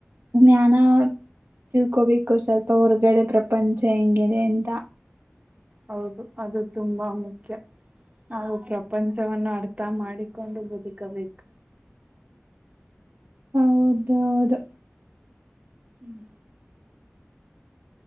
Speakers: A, on the right; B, on the right.
A: ಜ್ಞಾನ ತಿಳ್ಕೋಬೇಕು ಸ್ವಲ್ಪ ಹೊರ್ಗಡೆ ಪ್ರಪಂಚ ಹೆಂಗಿದೆ ಅಂತ
B: ಹೌದು ಅದು ತುಂಬಾ ಮುಖ್ಯ ನಾವು ಪ್ರಪಂಚವವನ್ನು ಅಡ್ ತ ಮಾಡಿಕೊಂಡು ಬದುಕಬೇಕು
A: ಹೌದು ಹೌದು
B: ಹ್ಮ್